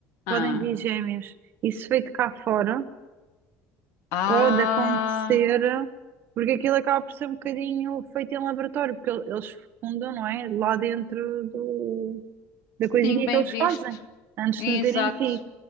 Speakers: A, on the left (about 60°); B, on the right (about 35°).
A: Ah,
B: Podem vir gêmeos. Isso feito cá fora,
A: ah,
B: pode acontecer, porque aquilo acaba por ser um bocadinho feito em laboratório, porque el- eles fundam, não é? Lá dentro do, da coisinha
A: sim, bem
B: que eles
A: visto.
B: fazem, antes
A: Exato.
B: de meterem em ti.